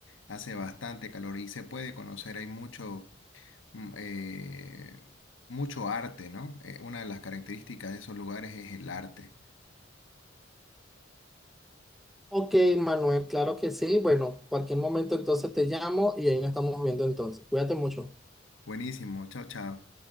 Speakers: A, on the left; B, in the centre.
A: hace bastante calor, y se puede conocer, hay mucho... mm, eh, mucho arte, ¿no? Eh, una de las características de esos lugares es el arte.
B: Ok, Manuel, claro que sí. Bueno, cualquier momento entonces te llamo y ahí nos estamos viendo entonces. Cuídate mucho.
A: Buenísimo, chao, chao.